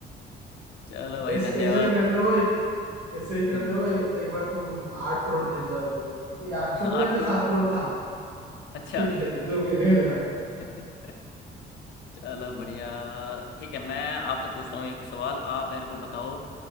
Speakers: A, on the left; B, on the right.
A: चलो भाई
B: ऐसे
A: धन्यवाद
B: ऐसे ही खेलते रहो एक ऐसे ही खेलते
A: हम्म
B: रहो ए, एक बार तुम आठ करोड़ जीत जाओगे ठीक है आठ
A: <laughs>
B: करोड़ या
A: आठ
B: फिर
A: करोड़
B: सात करोड़ था
A: अच्छा
B: ठीक है जो भी है ले लेना
A: <laughs> चलो बढ़िया ठीक है मैं आपसे पूछता हूँ एक सवाल आप मेरे को बताओ